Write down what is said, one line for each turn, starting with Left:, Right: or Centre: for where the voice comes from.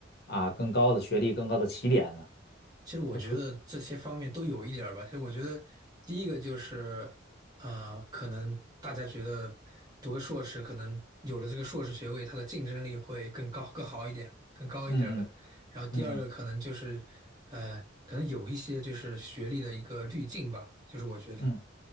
Left: 啊、更高的学历、更高的起点呢？
Right: 其实我觉得这些方面都有一点儿吧。
Left: 他出，
Right: 其实我觉得第一个就是，呃，可能大家觉得读个硕士，可能有了这个硕士学位，它的竞争力会更高、更好一点、更高一点儿的。
Left: 嗯嗯
Right: 然后第二个可能就是，
Left: 嗯嗯
Right: 呃，可能有一些就是学历的一个滤镜吧，就是我觉得，
Left: 嗯